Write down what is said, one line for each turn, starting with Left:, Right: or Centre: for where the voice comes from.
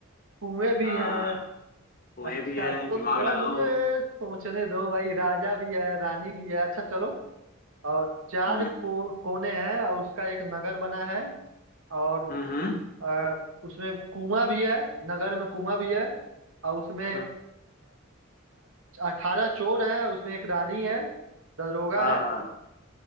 Right: कुएं भी
Left: हाँ
Right: हैं
Left: कुएं
Right: अच्छा
Left: भी हैं
Right: तो
Left: दिमाग
Right: थोड़ा
Left: लगाओ
Right: मुझे सोचने दो भाई राजा भी है रानी भी है अच्छा चलो और चार
Left: हम्म
Right: को, कोने हैं और उसका एक नगर बना है और
Left: हम्म
Right: आ, उसमें कुआं भी है नगर में कुआं भी है और उसमें
Left: हम्म,
Right: अठारह चोर हैं उसमें एक रानी है दरोगा
Left: हाँ
Right: है
Left: हाँ